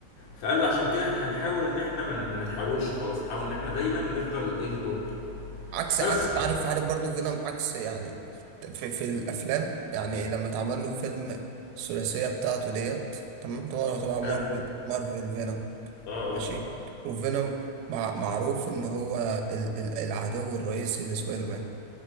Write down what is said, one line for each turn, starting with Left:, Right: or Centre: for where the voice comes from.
Left: فقال له عشان كده احنا هنحاول ان احنا ما من... ما نتحولش خالص نحاول ان احنا دايما نفضل ايدي بروك
Right: عكس
Left: بس
Right: عكس عارف عارف برضو فينوم عكس يعني في, في الافلام يعني لما اتعمل له فيلم الثلاثيه بتاعته ديت تمام طبعا طبعا مارفل
Left: حلو
Right: مارفل فينوم
Left: اه
Right: ماشي
Left: اه
Right: وفينوم مع معروف ان هو ال ال العدو الرئيسي لسبايدر مان